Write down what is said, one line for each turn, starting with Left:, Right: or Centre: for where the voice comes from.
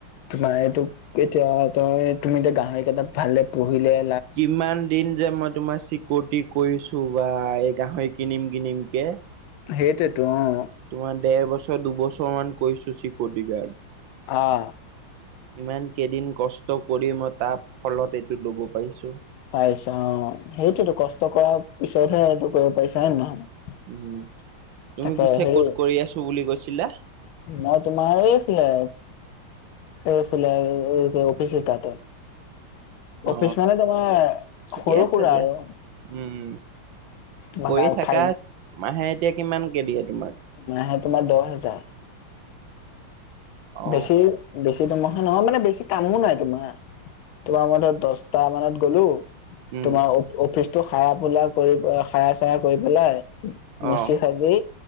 Left: তোমাৰ এই <unintelligible> কেতিয়া তই তুমি এতিয়া গাহৰি কেইটা ভালদৰে পোহিলে
Right: কিমান দিন যে মই তোমাৰ চিক ক' ত <unintelligible> কৰিছো ৱাহ এই গাহৰি কিনিম -কিনিম কে।
Left: সেইটোতো অহ।
Right: তোমাৰ ডেৰ বছৰ দুবছৰ মান কৰিছোঁ চিকটি গাৰ্ড
Left: অঁ
Right: ইমান কেইদিন কষ্ট কৰি মই তাৰ ফলত এইটো ল'ব পাৰিছোঁ
Left: পাইছা অঁ সেইটো কষ্ট কৰ পিছতহে এইটো কৰিব পাৰিছা হয় নে নহয়
Right: উ তুমি
Left: তাকে
Right: পিছে
Left: হেৰি
Right: ক'ত কৰি আছো বুলি কৈছিলা
Left: মই তোমাৰ আছিলে। এইফালে আৰু অফিচ তাতে।
Right: অ
Left: অফিচ মানে তোমাৰ
Right: ঠিকে
Left: সৰু
Right: আছে
Left: সুৰা
Right: দিয়া।
Left: আৰু।
Right: উম
Left: তোমাৰ
Right: কৰি
Left: আৰু উঠাই।
Right: থাকা। মাহে এতিয়া কিমান কেদিয়ে তোমাক?
Left: মাহে তোমাৰ দহ হাজাৰ।
Right: অ
Left: বেছি। বেছি দৰমহা নহয় মানে বেছি কামো নাই তোমাৰ তোমাৰ মানে দহটা মানত গলো।
Right: উম
Left: তোমাৰ অফিচতো সাৰা পোলা কৰি সাৰা চাৰা কৰি পেলাই।
Right: অ
Left: মচি সাজি